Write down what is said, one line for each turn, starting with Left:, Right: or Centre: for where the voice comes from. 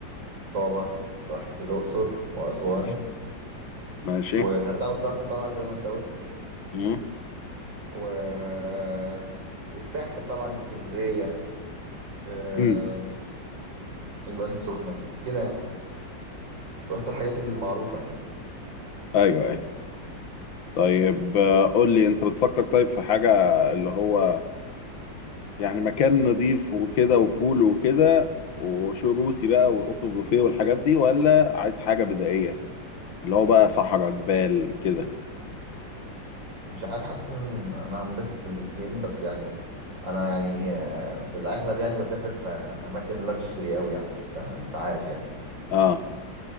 Right: طابه رحت الاقصر واسوان
Left: ماشي ماشي
Right: وغردقه وشرم طبعا زي ما انت قلت
Left: مم.
Right: و الساحل طبعا اسكندريه آه،
Left: مم.
Right: العين السخنه كده يعني رحت الحاجات المعروفه يعني
Left: ايوه ايوه طيب آه، قول لي انت بتفكر طيب في حاجة اللي هو يعني مكان نضيف وكده وبول وكده وشو روسي بقى واوبن بوفيه والحاجات دي ولا عايز حاجه بدائيه اللي هو بقى صحراء جبال كده
Right: مش عارف حاسس ان انا هنبسط في الاتنين بس يعني انا يعني آه، في الاغلب يعني بسافر في اماكن لاكجري قوي يعني انت انت عارف يعني
Left: اه